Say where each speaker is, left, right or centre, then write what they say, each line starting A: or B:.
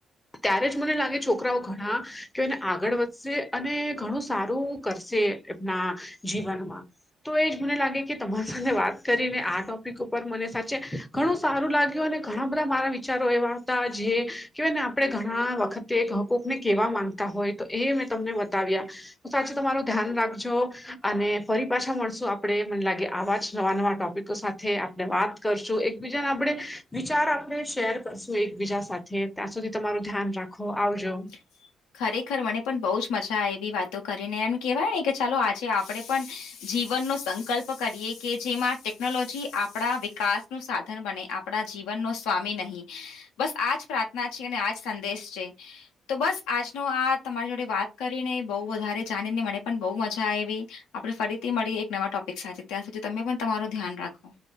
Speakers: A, on the left; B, on the left.
A: ત્યારે જ મને લાગે છોકરાઓ ઘણા કે એને આગળ વધશે અને ઘણું સારું કરશે એમના જીવનમાં તો એ જ મને લાગે કે તમારી સાથે વાત કરીને આ ટોપિક ઉપર મને સાચે ઘણું સારું લાગ્યું અને ઘણા બધા મારા વિચારો એવા હતા જે કે ભયને આપણે ઘણા વખત તે એક હ કોક ને કેવા માંગતા હોય તો એ મેં તમને બતાવ્યા તો સાચું તમારું ધ્યાન રાખજો અને ફરી પાછા મળશું આપડે મને લાગે આવા નવા નવા ટોપિક સાથે આપણે વાત કરશું એકબીજાને આપણે વિચાર આપણે શેર કરશું એકબીજા સાથે તાં સુધી તમારુ ધ્યાન રાખો, આવજો.
B: <inaudible> ખરેખર મને પણ બહુ જ મજા આવે એવી વાતો કરીને એમ કેહેવાય ને કે ચાલો આજે આપડે પણ જીવનનો સંકલ્પ કરીએ કે જેમાં ટેકનોલોજી આપણા વિકાસ નું સાધન સાધન બને આપણા જીવનનો સ્વામી નહીં, બસ આજ પ્રાર્થના છે અને આજ સંદેશ છે. તો બસ આજનો આ તમારી જોડે વાત કરીને બહુ વધારે જાણીને મને પણ બહુ મજા આઈવી. આપણે ફરીથી મળીએ એક નવા ટોપિક સાથે ત્યાં સુધી તમે પણ તમારું ધ્યાન રાખો.